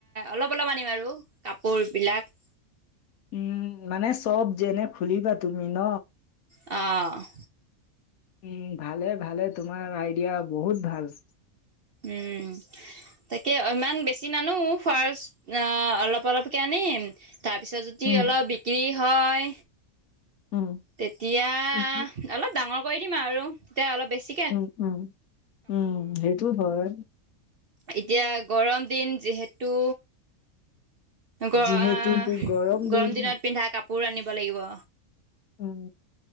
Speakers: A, on the right (about 50°); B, on the left (about 85°).
A: অলপ-অলপ আনিম আৰু কাপোৰ বিলাক।
B: উম, মানে, চব যেনে, খুলিবা তুমি ন'?
A: অ'!
B: উম, ভালে-ভালে, তোমাৰ আইডিয়া বহুত ভাল!
A: উম! তাকে, ইমান বেছি নানো। ফাৰ্ষ্ট অ' অলপ-অলপকে আনিম। তাৰপিছত, যদি
B: উম,
A: অলপ বিক্ৰী হয়,
B: উম।
A: তেতিয়া,
B: উম,
A: অলপ ডাঙৰ কৰি দিম আৰু। তেতিয়া অলপ বেছি
B: উম, উম, উম, সেইটো হয়।
A: এতিয়া গৰম দিন, যিহেতু। গৰ আ
B: যিহেতুতো দিন
A: গৰম দিনত পিন্ধা কাপোৰ আনিব লাগিব।
B: উম